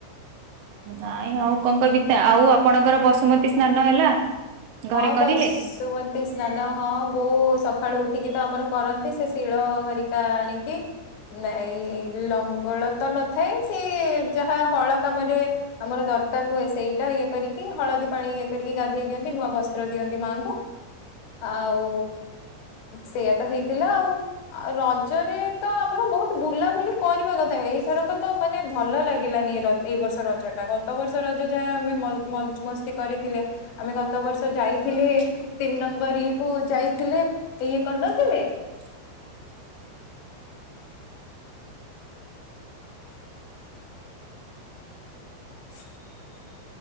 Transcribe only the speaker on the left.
ହଁ ବସୁମତି
ସ୍ନାନ ହଁ ବଉ ସ ସଖାଳୁ ଉଠିକି ତ ଆମର କରନ୍ତି ସେ ଶିଳ ଘରିକା ଆଣିକି ନାଇଁ ଲଙ୍ଗଳ ତ ନଥାଏ ସେ ଯାହା ହଳ କାମରେ ଆମର ଦରକାର ହୁଏ ସେଇଟା ଇଏ କରିକି ହଳଦୀ ପାଣି ଇଏ କରିକି ଗାଧେଇ ଦିଅନ୍ତି ନୂଆ ବସ୍ତ୍ର ଦିଅନ୍ତି ମାଆଙ୍କୁ। ଆଉ ସେଇଆା ତ ହେଇଥିଲା ଆଉ ଆଉ ରଜରେ ତ ଆମର ବହୁତ ବୁଲାବୁଲି କରିବା କଥା ଏଇଥରକ ତ ମାନେ ଭଲ ଲାଗିଲାନି ର ଏ ଏଇ ବର୍ଷ ରଜଟା ଗତ ବ ବର୍ଷ ରଜ ଯାହା ଆମେ ମଜ ମସ୍ତି କରିଥିଲେ ଆମେଗ ଗତ ବର୍ଷ ଯାଇଥିଲେ ତିନି ନମ୍ବର ଇଏ କୁ ଯାଇଥିଲେ ଇଏ କରିନଥିଲେ?
<inaudible>